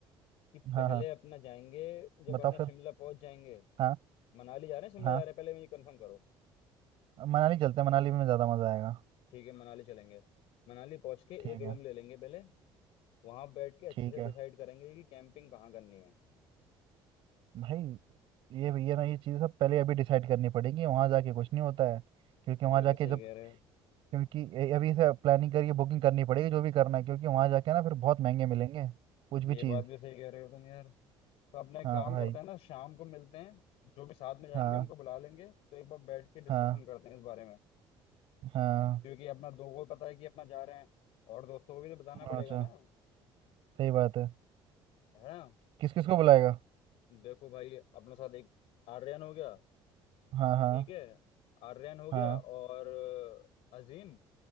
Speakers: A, on the left; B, on the right.
A: कि
B: हाँ
A: पहले
B: हाँ
A: अपना जाएंगे जब
B: बताओ
A: अपना
B: फिर
A: शिमला पहुंच जाएंगे
B: हाँ
A: मनाली जा रहे हैं शिमला
B: हाँ
A: जा रहे हैं पहले मुझे कंफर्म करो
B: मनाली चलते हैं मनाली में ज़्यादा मज़ा आएगा
A: ठीक है मनाली चलेंगे मनाली पहुंच के
B: ठीक
A: एक रूम
B: है
A: ले लेंगे पहले वहां बैठ के अच्छे
B: ठीक
A: से
B: है
A: डिसाइड करेंगे कि कैंपिंग कहाँ करनी है
B: भाई ये ये ना ये चीज़ सब पहले अभी डिसाइड करनी पड़ेगी वहाँ जाके कुछ नहीं होता है क्योंकि वहाँ
A: ये
B: जाके
A: भी सही
B: जब
A: कह रहे हो
B: क्योंकि ए- अभी से प्लानिंग करके बुकिंग करनी पड़ेगी जो भी करना है क्योंकि वहाँ जाके ना फिर बहुत महंगे मिलेंगे कुछ भी
A: ये
B: चीज़
A: बात भी सही कह रहे हो तुम यार तो अपना एक
B: हाँ
A: काम
B: भाई
A: करते हैं ना शाम को मिलते हैं जो भी साथ में जाएंगे
B: हाँ
A: उनको बुला लेंगे तो एक बार बैठ के डिस्कशन
B: हाँ
A: करते हैं इस बारे में
B: हाँ
A: क्योंकि अपना दो को पता है कि अपना जा रहे हैं और दोस्तों को भी तो बताना पड़ेगा
B: अच्छा
A: ना
B: सही बात है
A: है ना
B: किस किस को बुलाएगा
A: देखो भाई अपने साथ एक आर्यन हो गया
B: हाँ हाँ
A: ठीक है आर्यन हो गया
B: हाँ
A: और अ, अजीम